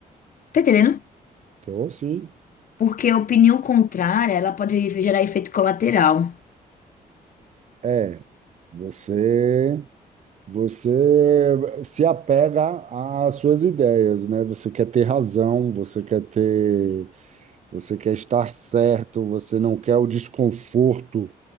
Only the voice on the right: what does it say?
Então, sim,
é. Você Você se apega às suas ideias, né? Você quer ter razão, você quer ter, você quer estar certo, você não quer o desconforto